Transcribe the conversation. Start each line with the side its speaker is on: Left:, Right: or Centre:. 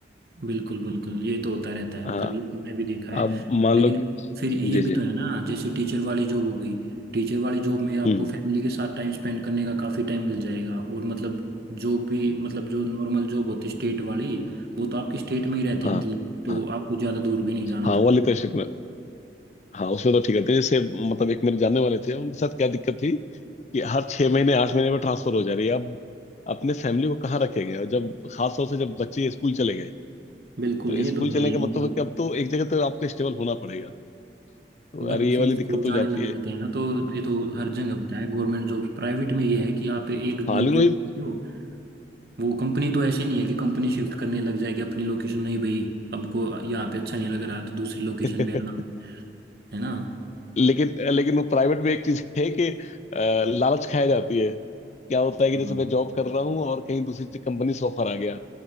Right: बिल्कुल बिल्कुल ये तो होता रहता है मतलब
Left: हाँ
Right: ये भी- मैं भी देखा है
Left: अब मान
Right: लेकिन
Left: लो कि
Right: फिर ये
Left: जी
Right: भी
Left: जी
Right: तो है ना जैसे टीचर वाली जॉब हो गई टीचर वाली जॉब में आपको
Left: हम्म
Right: फैमिली के साथ टाइम स्पेंड करने का काफ़ी टाइम मिल जाएगा और मतलब जॉब भी मतलब जो नॉर्मल जॉब होती स्टेट वाली वो तो आपकी स्टेट में ही रहती
Left: हाँ
Right: है मतलब तो
Left: हाँ
Right: आपको ज़्यादा दूर भी नहीं जाना
Left: हाँ
Right: पड़ता
Left: वो वाली तो शिफ्ट में हाँ उसमें तो ठीक है थे। जैसे मतलब एक मेरे जानने वाले थे उनके साथ क्या दिक्कत थी कि हर छह महीने आठ महीने में ट्रांसफर हो जा रही है अब अपने फैमिली को कहाँ रखेंगे और जब खास तौर से जब बच्चे स्कूल चले गए
Right: बिल्कुल
Left: तो
Right: ये
Left: स्कूल
Right: तो
Left: चलने
Right: है ही
Left: का मतलब
Right: मतलब
Left: है कि अब तो एक जगह तो आपको स्टेबल होना पड़ेगा तो
Right: बच्चे
Left: यार ये वाली
Right: स्कूल
Left: दिक्कत तो
Right: जाने
Left: हो जाती
Right: लग
Left: है
Right: जाते हैं ना तो ये तो हर जगह होता है गवर्नमेंट जॉब प्राइवेट में ये है कि आप एक
Left: हाँ
Right: नौकरी
Left: लेकिन वही
Right: हो वो कंपनी तो ऐसे नहीं है कि कंपनी शिफ्ट करने लग जाएगी अपनी लोकेशन नहीं भाई हमको यहाँ पे अच्छा नहीं लग रहा तो दूसरी लोकेशन
Left: <laughs>
Right: पे आना है ना
Left: लेकिन लेकिन वो प्राइवेट में एक चीज है कि अ, लालच खाया जाती है क्या होता है कि
Right: हाँ,
Left: जैसे मैं जॉब कर रहा हूँ और कहीं दूसरी कंपनी से ऑफर आ गया